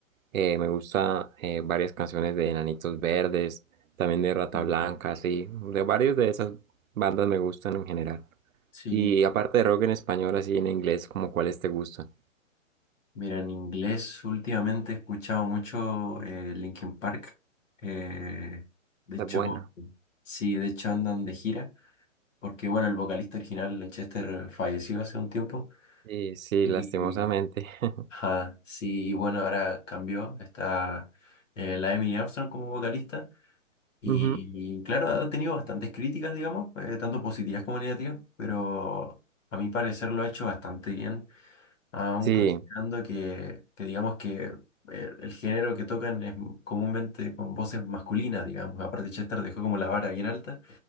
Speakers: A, on the right; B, on the left.
A: eh, me gusta eh, varias canciones de Enanitos Verdes, también de Rata
B: Mm.
A: Blanca, sí, de varios de esas bandas me gustan en general.
B: Sí,
A: Y aparte de rock en español, así en inglés, como cuáles te gustan?
B: mira, en inglés últimamente he escuchado mucho eh, Linkin Park. Eh, de
A: Está
B: hecho,
A: buena.
B: sí, de hecho andan de gira, porque bueno, el vocalista original, Chester, falleció hace un tiempo.
A: Sí, sí,
B: y
A: lastimosamente. <laughs>
B: Ajá, sí, y bueno, ahora cambió, está eh, la Emily Armstrong como vocalista y,
A: Ujú.
B: y claro, ha tenido bastantes críticas, digamos, eh, tanto positivas como negativas, pero a mi parecer lo ha hecho bastante bien, aún
A: Sí,
B: considerando que, que digamos que eh, el género que tocan es comúnmente con voces masculinas, digamos, aparte Chester dejó como la vara bien alta.